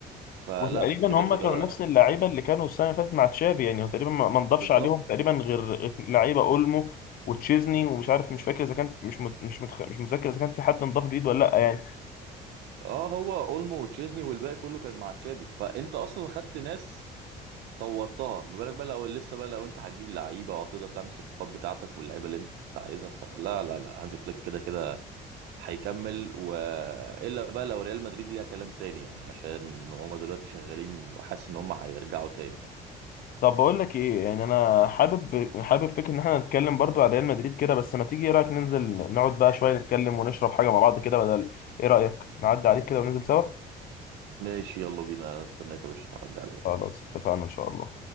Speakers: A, on the right (about 80°); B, on the left (about 60°).
A: فلا
B: وتقريبا
A: كده
B: هم
A: كده
B: كانوا نفس اللعيبه اللي كانوا السنه اللي فاتت مع تشافي يعني هو تقريبا ما ما نضافش
A: بالظبط
B: عليهم تقريبا غير ات- لعيبه اولمو وتشيزني ومش عارف مش فاكر اذا كان مش مت... مش متخ... مش متذكر اذا كان في حد انضاف جديد ولا لا يعني
A: اه هو اولمو وتشيزني والباقي كله كان مع تشافي فانت اصلا خدت ناس طورتها ما بالك بقى لو لسه بقى لو انت هتجيب لعيبه وهتقدر تعمل الصفقات بتاعتك واللعيبه اللي انت عايزها فلا لا لا هانزي فليك كده كده هيكمل والا بقى لو ريال مدريد ليها كلام تاني يعني عشان هم دلوقتي شغالين وحاسس ان هم هيرجعوا تاني يعني
B: طب بقول لك ايه يعني انا حابب حابب فكره ان احنا نتكلم برضو على ريال مدريد كده بس ما تيجي ايه رايك ننزل نقعد بقى شويه نتكلم ونشرب حاجه مع بعض كده بدل ايه رايك نعدي عليك كده وننزل سوا
A: ماشي يلا بينا انا استناك يا باشا تعدي عليا
B: خلاص اتفقنا إن شاء الله